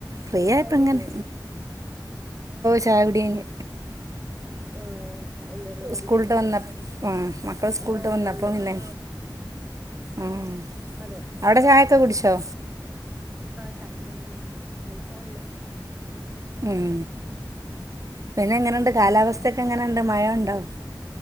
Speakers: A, on the right; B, on the right.
A: ഫ്രീയപ്പ
B: ചായുടികഴിഞ്ഞോ
A: ഇങ്ങനെ ചായകുടി കഴി
B: ആഹ എന്തായിരുന്നു കടി
A: സ്കൂളിട്ട് വന്ന ആ മക്കൾ സ്കൂളിട്ട്
B: ആ
A: വന്നപ്പോ
B: വന്നു
A: പിന്നെ ഉം
B: അതെ
A: അവിടെ ചായൊക്കെ കുടിച്ചോ
B: ചായ കുടി കഴിഞ്ഞു കുട്ടികളൊക്കെ വന്ന്
A: ഉം പിന്നെ എങ്ങനെയണ്ട്
B: എന്താണ്
A: കാലാവസ്ഥൊക്കെ എങ്ങനെ? ണ്ട് മഴ ഉണ്ടോ?